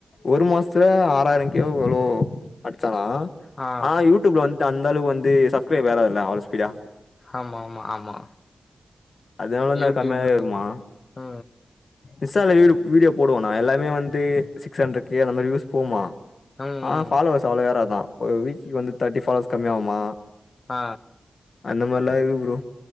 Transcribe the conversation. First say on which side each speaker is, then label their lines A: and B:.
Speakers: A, on the left (about 70°); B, on the left (about 50°).
A: ஒரு மாசத்துல ஆறாயிரோ கே வோ எவ்ளோ அடிச்சான
B: ஆ
A: ஆனா யூடியூப்ல வந்துட்டு அந்தளவுக்கு வந்து சப்ஸ்கிரைப் வேற இல்ல அவ்ளோ ஸ்பீடா
B: ஆமா ஆமா ஆமா
A: அதனால என்ன
B: யூடியூப்ல
A: கம்மியாயி வருமா
B: ம்
A: இன்ஸால வீடு வீடியோ போடுவானா எல்லாமே வந்து சிக்ஸ் ஹண்ரட் கே அந்த மாரி வியூஸ் போகுமா
B: ம்
A: ஆ
B: ம்
A: ஃபாலோவர்ஸ் அவ்ளோ ஏறாதா ஒரு வீக்க்கு வந்து தேட்டி ஃபாலோவர்ஸ் கம்மியாகுமா
B: ஆ
A: அந்த மாரிலா இருக்கு ப்ரோ